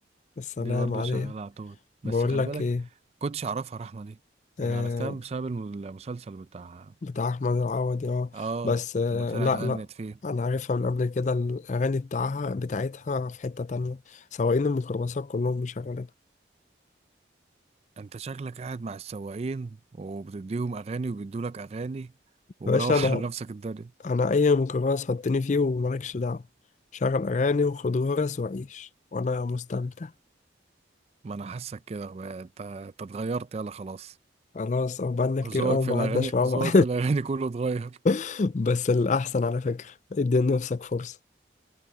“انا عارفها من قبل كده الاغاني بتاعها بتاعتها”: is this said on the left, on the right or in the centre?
Left